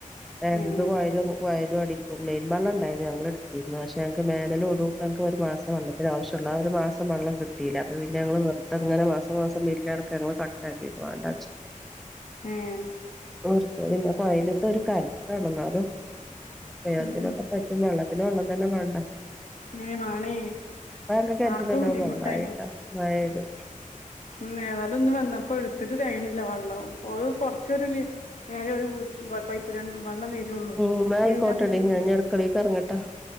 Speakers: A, in the centre; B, on the left.
A: എറ്റിത്
B: ഏഹ്
A: കോയലും കോയലും അടിക്കുല്ലേ ൻ ബള്ളം ണ്ടായിന്ന് ഞങ്ങള്ട്ത്തിര്ന്നു പക്ഷെ ഞങ്ങക്ക് മേനല് ഒടുക്ക് ഞങ്ങക്ക്‌ ഒരു മാസം വള്ളത്തിന് ആവശ്യള്ളൂ ആ ഒരു മാസം വള്ളം കി കിട്ടില അപ്പൊ പിന്നെ ഞങ്ങള് നിർത്തങ്ങന മാസ മാസം ബിലട്ക്ക ഞങ്ങള് കട്ടാക്കി വാണ്ടാച്ച്
B: ഏഹ്
A: മു പിന്നെ കൊയിലത്ത ഒരു കാലം കെടന്നാലും ഉപയൊഗത്തിനൊക്കെ
B: ഉം ഉം
A: പറ്റും വെള്ളത്തിനു വെള്ളം തന്നെ വേണ്ടേ
B: ഏഹ് വാണേ
A: ഇപ്പ ഞങ്ങക്ക് കെറ്റിലല്ല
B: ആകെ ബുദ്ധിമുട്ടായിന്
A: വെള്ളയിട്ടാ മഴത്
B: ഇന്ന് ഏതാലും ഒന്നു വന്നപ്പോ എട്ത്തിട്ട് തേകണില്ല വെള്ളം ഓൾ കൊറച്ചൊരു നേരെ ഒരു കു പൈപ്പിലാണ് വെള്ളം വരുള്ളൂ
A: ഉം എന്നാ
B: കുറച്ച്
A: ആയിക്കോട്ടെടി
B: കഴിഞ്ഞാ പിന്നെ നിക്കുചെയ്യു
A: ഞാൻ ഇനി അടുക്കളേക്ക് ഇറങ്ങട്ടെ